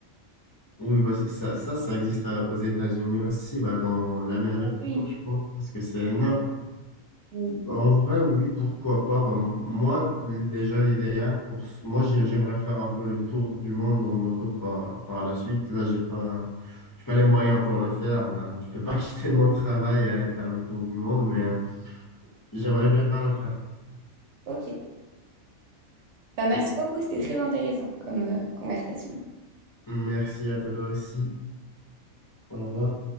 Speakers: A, on the left; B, on the right.
A: Oui, bah, c'est- ça, ça, ça existe euh, aux États-Unis aussi, bah, dans l'Amérique tout
B: Oui.
A: court, je pense, parce que c'est énorme.
B: oui.
A: En vrai, oui, pourquoi pas. Bah, m- moi, déjà, l'idéal, pour... s- moi, j'ai- j'aimerais faire un peu le tour du monde en moto par, par la suite. Là, j'ai pas, j'ai pas les moyens pour le faire. Voilà. Je peux pas <laughs> quitter mon travail et aller faire le tour du monde, mais euh, j'aimerais bien le faire.
B: Ok. Bah, merci
A: Et
B: beaucoup, c'était très intéressant comme euh, conversation.
A: merci à toi aussi. Au revoir.